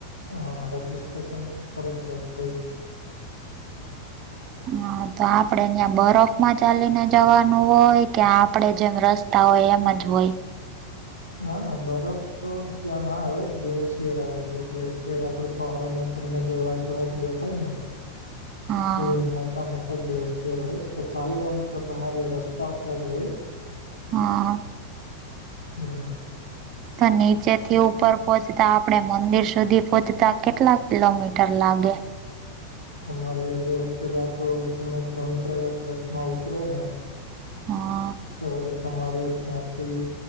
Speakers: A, on the left; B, on the right.
A: હા રાજિસ્ટેશન ઉપર જ જાત જોઈએ.
B: હા, તો આપડે ત્યાં બરફમાં ચાલીને જવાનું હોય કે આપડે જેમ રસ્તા. તા હોય એમ જ હોય
A: ના ના બરફ તો ત્યાંના આવે ગ્લેશિયર આવે છે. એટલે શેર આપણી પહાડમાં તમને જે વ્હાઈટ વ્હાઈટ દેખાયને
B: હા
A: તે મોટા મોટા ગ્લેશિયર હોય તો ચાલવાનું તો તમારે રસ્તા પર જ હોય.
B: હા <inaudible>
A: હું.
B: તો નીચેથી ઉપર પહોંચતા આપડે મંદિર સુધી પહોંચતા કેટલા કિલોમીટર લાગે.
A: તમારે જો પેલા તો તમે સ્નાન પ્રયાગ બસ માં ઉતરોને.
B: હા
A: તો તમારે ત્યાંથી